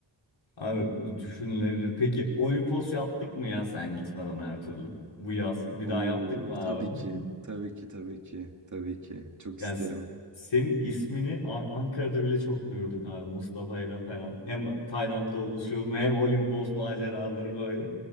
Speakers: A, on the left; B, on the right.
A: Abi düşünülebilir. Peki Olimpos yaptık mı ya sen gitmeden her türlü? Bu yaz bir
B: Oo,
A: daha yaptık mı abi?
B: tabii ki,
A: <laughs>
B: tabii ki, tabii ki, tabii ki. Çok
A: Ya
B: isterim.
A: s- senin ismini A- Ankara'da bile çok duyurduk abi Mustafa ile falan. Hem Tayland'da oluşum hem Olimpos maceraları böyle.